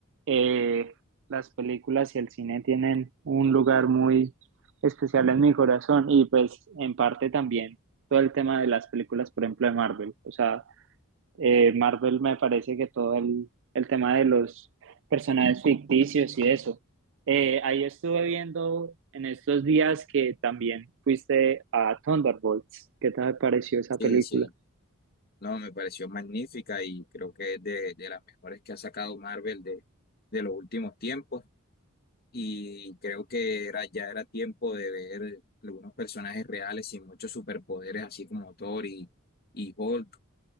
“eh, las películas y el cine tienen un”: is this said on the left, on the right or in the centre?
Right